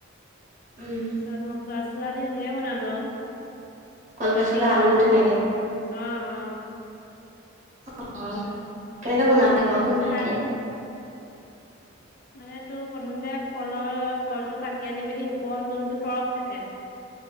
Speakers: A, on the right; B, on the left.
A: উম
B: <unintelligible> মছলা <unintelligible> দি <unintelligible>
A: কলপচলা
B: জাতি কলৰ
A: আলু তেনেকে
B: যে অ' অ '
A: অ' অ' কেনেকে বনালে কচোন ভালকে।
B: খাই মানে তোৰ প্ৰথমতে কলৰ কলটো কাটি আনি পিনি ওপৰৰ যোনটো তৰফ থাকে।